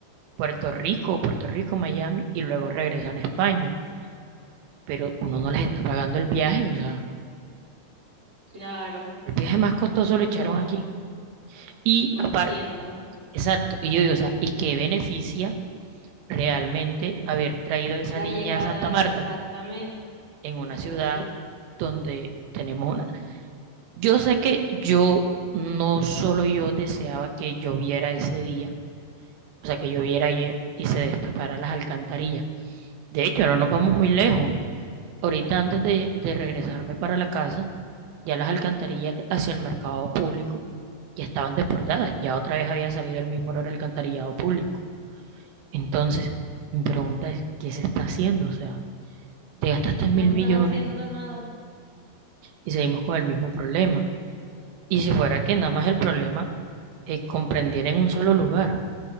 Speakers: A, on the right (about 75°); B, on the right (about 15°).
A: Puerto Rico, Puerto Rico, Miami, y luego regresan a España. Pero uno no les está pagando el viaje, o sea,
B: Claro,
A: el viaje más costoso
B: o
A: lo echaron
B: sea.
A: aquí. Y
B: No
A: aparte,
B: entiendo.
A: exacto, y yo digo, o sea, ¿y qué beneficia realmente haber traído esa
B: La
A: niña
B: llegada,
A: a Santa Marta
B: exactamente.
A: en una
B: O sea,
A: ciudad
B: sí,
A: donde tenemos una... Yo sé que yo, no solo yo deseaba que lloviera ese día, o sea, que lloviera ayer y se destaparan las alcantarillas. De hecho, no nos vamos muy lejos. Ahorita antes de, de regresarme para la casa, ya las alcantarillas hacia el mercado público ya estaban desbordadas. Ya otra vez había salido el mismo olor al alcantarillado público. Entonces, mi pregunta es, ¿qué se está haciendo? O sea, te gastaste
B: no
A: mil
B: están
A: millones
B: haciendo nada.
A: y seguimos con el mismo problema. Y si fuera que nada más el problema es comprendiera en un solo lugar,